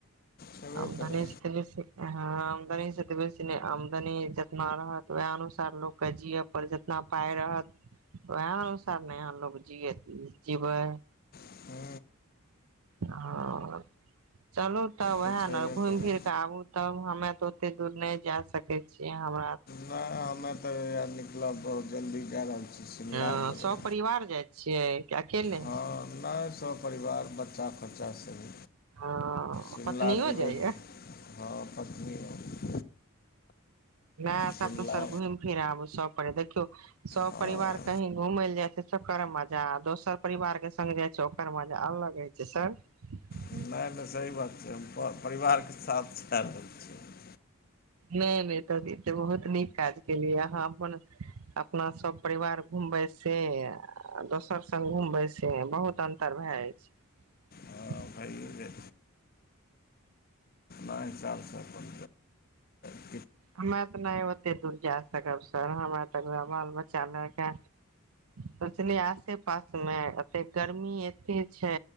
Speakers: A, on the left; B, on the right.
A: छेबे
B: आमदनी
A: करै
B: येसे हँ आमदानी से ते बेसी नहि आमदानी ज तना रहत वएह अनुसार लोकके जियै पर जितना पााय रहत वएह अनुसार ने यहाँ लोक जियए जिबै
A: ओ
B: ह चलू तब वएह
A: तऽ छेबे
B: ने घुमि
A: करै
B: फिर क आबू तब हमे तऽ ओते दूर नहि जा सकैत छि हमरा
A: नहि हमे तऽ निकलब बहुत जल्दी जा रहल छी शिमला
B: हँ
A: जेबै
B: स परिवार जाइत छियै कि अकेले
A: हँ नहि स परिवार बच्चा बच्चा सब
B: हँ
A: शिमला
B: पत्नियो
A: जेबै
B: जाइया
A: हँ पत्नीओ
B: नहि तब
A: शिमला
B: तऽ सर घुमि फिर आबू सब परि देखियौ सब
A: हँ
B: परिवार कही घूम लए जाय कर मजा दोसर परिवार के सङ्ग जाइ छै ओकर मजा अलग होइ छै स
A: नहि नहि सही बात छै हम परिवारके साथ छा रहल छियै
B: नहि नहि तऽ बहुत नीक काज केलियै अहाँ अपन अपना सभ परिवार घूमबै से दोसर स्ग घूमबै से बहुत अन्तर भए जाइ छै
A: हँ भइए जाइ ओ हिसाबसँ अपन च
B: हमे तऽ नहि ओते दूर जा सकब सर हमरा त बाल बच्चा लएके सोचलियै आसे पास मे एते गर्मी एते छै